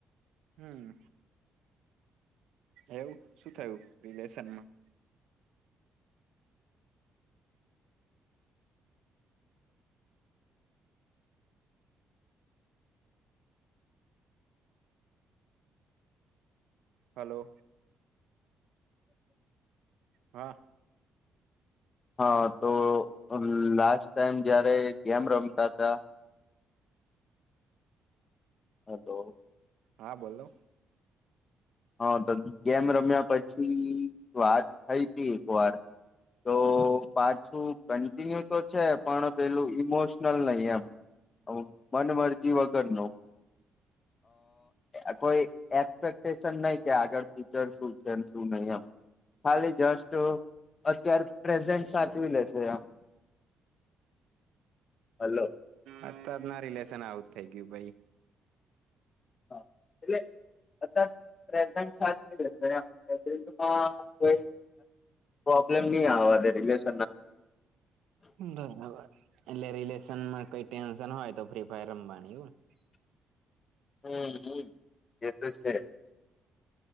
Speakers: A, on the right; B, on the left.
A: હમ એવું શું થયું રિલેશનમાં હલો હા
B: હા તો લાસ્ટ ટાઈમ જયારે ગેમ રમતા હતા હ તો
A: હા બોલો
B: હા તો ગેમ રમ્યા પછી વાત થઈ હતી એક વાર તો પાછું કન્ટિન્યુ તો છે પણ પેલું ઈમોશનલ નહી એમ મન મરજી વગર ન અ કોઈ પ નહી કે આગળ ફચર શું છે શું નહીિ એમ ખાલી જસ્ટ અત્યારે પ્રેઝન્ટ સાચવી લેશે આમ હલો
A: અ જ ના રિલેશન આવુંજ થઈ ગય કેું ભાઈ
B: હા એટલે અ પ્રેઝન્ટશે કો પ્રોબલેમ નહી આ ર
A: બરાબર એટલે રિલેશનમાં કઈ ટેન્શન હોય તો ફ્રી ફાયર રમવાની એવુંને
B: <inaudible> હમ એ તો છે